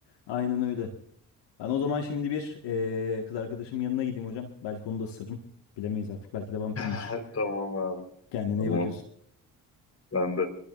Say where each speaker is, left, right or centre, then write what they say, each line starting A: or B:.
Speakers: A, on the left; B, on the left.
A: Aynen öyle. Ben o zaman şimdi bir eee, kız arkadaşımın yanına gideyim hocam. Belki onu da ısırırım. Bilemeyiz artık. Belki de vampirimdir.
B: <laughs> Tamam abi.
A: Kendine
B: Tamam.
A: iyi bakıyorsun.
B: Ben de.